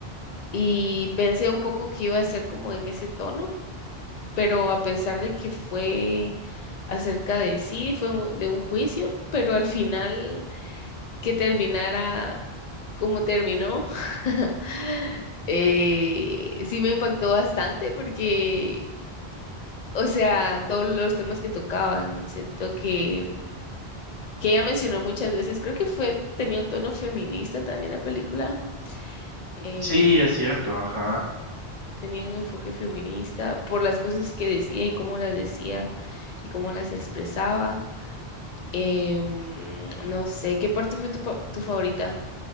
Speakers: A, on the left (about 50°); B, on the right (about 20°).
A: y pensé un poco que iba a ser como en ese tono, pero a pesar de que fue acerca de sí, fue un- de un juicio, pero al final que terminara como terminó, <laughs> eh, sí me impactó bastante porque, o sea, todos los temas que tocaban, siento que que ella mencionó muchas veces, creo que fue, tenía un tono feminista también la película, eh,
B: Sí, es cierto, ajá.
A: tenía un enfoque feminista por las cosas que decía y cómo las decía y cómo las expresaba. Em, no sé, ¿qué parte fue tu, pa- tu favorita?